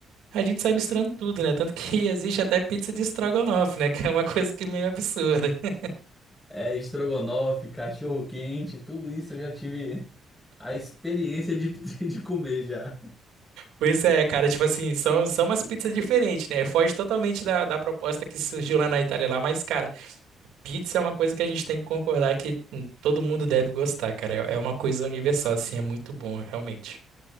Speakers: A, on the right; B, in the centre.
A: a gente sai misturando tudo, né? Tanto que <laughs> existe até pizza de estrogonofe, né? Que é uma coisa que é meio absurda. <laughs>
B: É estrogonofe, cachorro-quente, tudo isso eu já tive a experiência de, <laughs> de comer já.
A: Pois é, cara, tipo assim, são, são umas pizzas diferentes, né? Foge totalmente da, da proposta que surgiu lá na Itália lá, mas, cara. Pizza é uma coisa que a gente tem que concordar que hum, todo mundo deve gostar, cara. É é uma coisa universal, assim, é muito bom, realmente.